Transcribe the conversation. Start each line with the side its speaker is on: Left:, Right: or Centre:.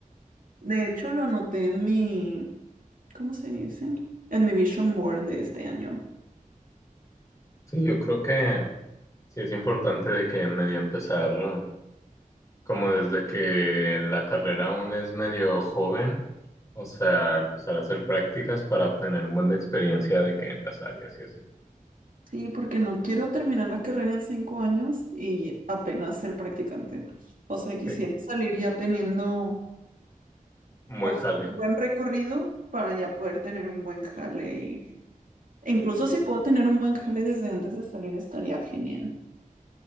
Right: De hecho, lo anoté en mi, ¿cómo se dice? En mi vision board de este año.
Left: sí, yo creo que sí es importante de que medio empezar, como desde que la carrera aún es medio joven, o sea, empezar a hacer prácticas para obtener un buen de experiencia de que en las áreas y así.
Right: Sí, porque no quiero terminar la carrera en cinco años y apenas ser practicante. O sea, quisiera
Left: Sí,
Right: salir ya teniendo
Left: un buen
Right: o sea,
Left: jale.
Right: un buen recorrido para ya poder tener un buen jale. Y... e Incluso si puedo tener un buen jale desde antes de salir, estaría genial.